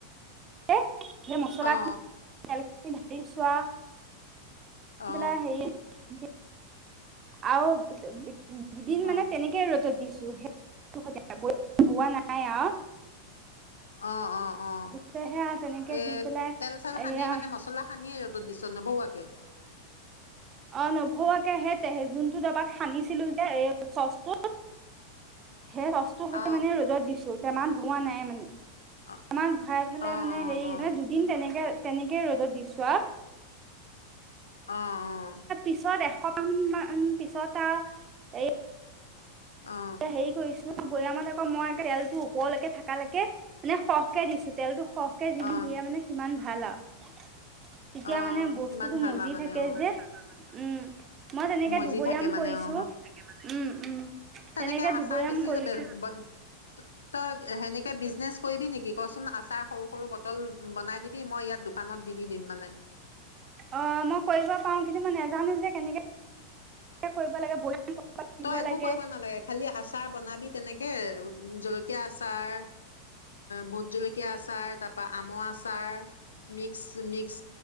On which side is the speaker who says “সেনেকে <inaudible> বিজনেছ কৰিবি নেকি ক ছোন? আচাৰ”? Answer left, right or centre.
Left